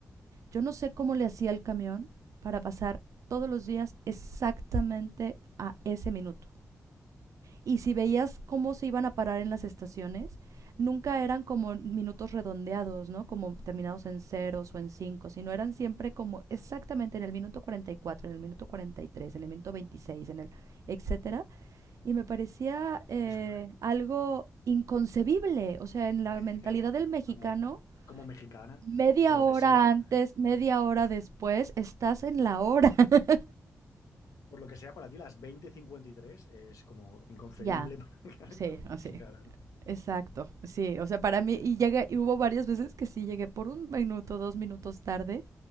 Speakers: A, on the right; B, on the left.
A: Yo no sé cómo le hacía el camión para pasar todos los días exactamente a ese minuto. Y si veías cómo se iban a parar en las estaciones, nunca eran como minutos redondeados, ¿no? Como terminados en ceros o en cinco, sino eran siempre como exactamente en el minuto 44, en el minuto 43, en el minuto 26, en el etcétera. Y me parecía eh,
B: es
A: algo inconcebible, o sea, en la
B: <laughs>
A: mentalidad del mexicano,
B: como, como mexicana,
A: media
B: por lo
A: hora
B: que sea,
A: antes, media hora después, estás en la hora. <laughs>
B: por lo que sea para ti, las veinte cincuenta y tres es como inconcebible
A: Ya,
B: <laughs> para
A: sí,
B: como
A: así.
B: mexicana, ¿no?
A: Exacto, sí, o sea, para mí, y llegué, y hubo varias veces que sí llegué por un minuto, dos minutos tarde,